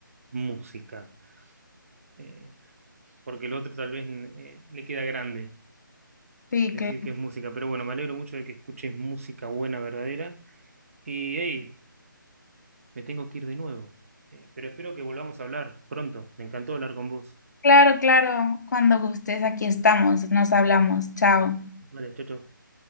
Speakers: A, on the right; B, on the left.
A: música, eh, porque el otro tal vez eh, le queda grande
B: Sí,
A: decir
B: claro.
A: que es música, pero bueno, me alegro mucho de que escuches música buena, verdadera. Y hey, Me tengo que ir de nuevo. Eh, pero espero que volvamos a hablar pronto. Me encantó hablar con vos.
B: Claro, claro. Cuando gustes, aquí estamos. Nos hablamos. Chao.
A: Vale, chao, chao.